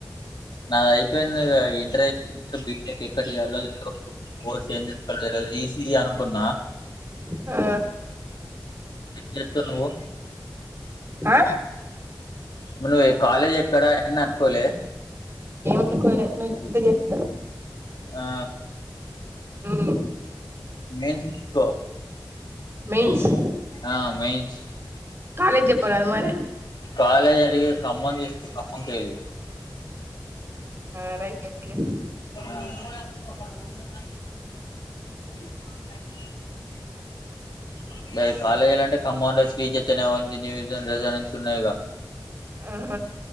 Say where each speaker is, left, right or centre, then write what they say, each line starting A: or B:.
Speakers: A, on the left; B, on the right.
A: నాదైపేందిగా ఇంటర్ ఇపో బీటెక్ ఎక్కడ్ జేయాలో దెలీదు కోర్స్ ఏం దీస్కోల్లో దెల్వద్ ఈసీఈ అననుకున్నా
B: ఆ
A: జేత్తన్నవ్వు
B: హా
A: మళ్ళ్ నువ్వు ఎ కాలేజ్ ఎక్కడ ఎంద్ అన్కోలే
B: అనుకోలే నువ్ జెప్తే జేత్త
A: ఆ
B: మ్మ్
A: మేన్స్ దిస్కో
B: మెయిన్స్
A: ఆ మెయిన్స్
B: కాలేజ్ జొప్ప రాదె మరి
A: కాలేజ్ అది ఖమ్మం దీస్కొ ఖమ్మం కేల్లి
B: ఆ రైట్ ఓకే
A: ఆ లేదు కాలేజ్లంటే ఖమ్మాన్ లో శ్రీ చైతన్య ఉంది న్యూజాన్ రెసిడెన్స్ ఉన్నాయ్ గా
B: ఆ